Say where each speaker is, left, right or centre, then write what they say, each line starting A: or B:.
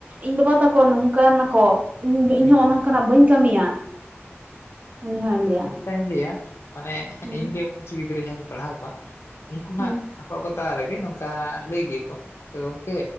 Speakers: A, on the right; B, on the left.
A: ᱤᱧ ᱵᱟᱵᱟ ᱛᱟᱠᱚ ᱱᱚᱝᱠᱟᱱ ᱟᱠᱚ᱾ ᱤᱧ,
B: ᱦᱩᱸ
A: ᱤᱧ, ᱦᱚᱸ
B: ᱦᱩᱸ
A: ᱚᱱ-ᱚᱱᱠᱟᱱᱟᱜ ᱵᱟᱹᱧ ᱠᱟᱹᱢᱤᱭᱟ, ᱩᱱᱤ ᱦᱚᱭ ᱞᱟᱹᱭᱟ᱾
B: ᱱᱚᱝᱠᱟᱧ ᱞᱟᱹᱭᱟ, ᱢᱟᱹᱱᱮ
A: ᱦᱩᱸ
B: ᱤᱧ ᱜᱮ ᱠᱤᱹᱪᱷᱩ ᱜᱤᱫᱽᱨᱟᱹ ᱡᱟᱦᱟᱸᱧ ᱯᱟᱲᱦᱟᱣ ᱠᱚᱣᱟ, ᱩᱱᱠᱩ
A: ᱦᱩᱸ
B: ᱦᱟᱸᱜ ᱟᱠᱚ, ᱟᱠᱚ ᱛᱟᱞᱟ ᱨᱮᱜᱮ, ᱱᱚᱝᱠᱟ ᱞᱟᱹᱭ ᱜᱮᱭᱟ ᱠᱚ ᱾ ᱛᱚ ᱜᱚᱝ ᱠᱮ,